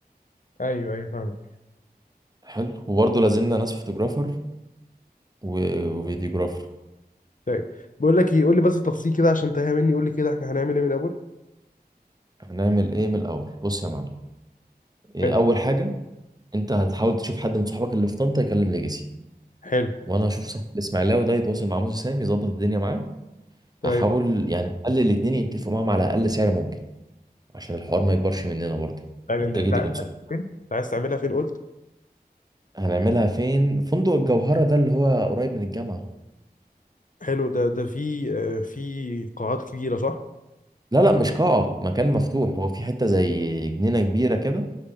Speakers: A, on the left; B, on the right.
A: ايوه ايوه فاهمك
B: حلو وبرضه لازمنا ناس فوتوجرافر و- وفيديوجرافر
A: طيب بقول لك ايه قول لي بس التفصيل كده عشان تهيأ مني قول لي كده احنا هنعمل ايه من الاول
B: هنعمل ايه من الأول بص يا معلم إيه
A: حلو
B: أول حاجة انت هتحاول تشوف حد من صحابك اللي في طنطا يكلم ليجاسي
A: حلو
B: وانا هشوف صاحب الاسماعيلاوي ده يتواصل مع موسى سام يظبط الدنيا معاه
A: طيب
B: هحاول يعني نخلي الاتنين يتفقوا معاهم على اقل سعر ممكن عشان الحوار ما يكبرش مننا برضه
A: يعني
B: والتيكت
A: انت انت عايز
B: يكون سكت
A: تعملها فين انت عايز تعملها فين قلت
B: هنعملها فين فندق الجوهرة ده اللي هو قريب من الجامعة
A: حلو ده ده في آه، في قاعات كبيره صح
B: لا لا مش قاعة مكان مفتوح هو في حتة زي جنينة كبيرة كده